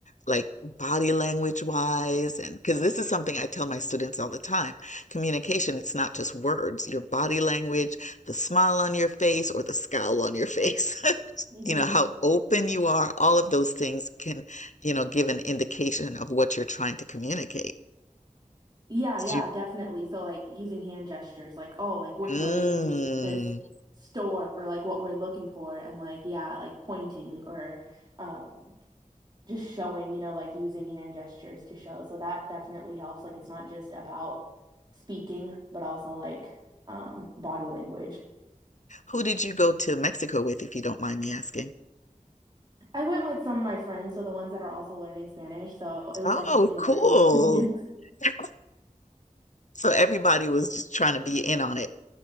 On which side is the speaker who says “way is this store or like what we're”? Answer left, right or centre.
Right